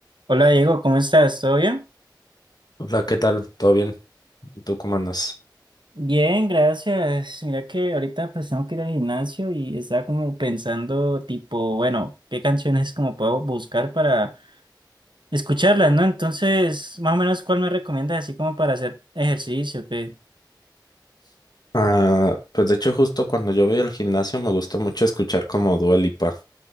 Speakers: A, on the right; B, on the left.
A: Hola Diego, ¿cómo estás? ¿Todo bien?
B: Hola, ¿qué tal? ¿Todo bien? ¿Tú cómo andas?
A: Bien, gracias. Mira que ahorita pues tengo que ir al gimnasio y estaba como pensando tipo, bueno, qué canciones como puedo buscar para escucharlas, ¿no? Entonces, más o menos, ¿cuál me recomiendas así como para hacer ejercicio? ¿Qué?
B: Ah, pues de hecho justo cuando yo voy al gimnasio me gusta mucho escuchar como Dua Lipa.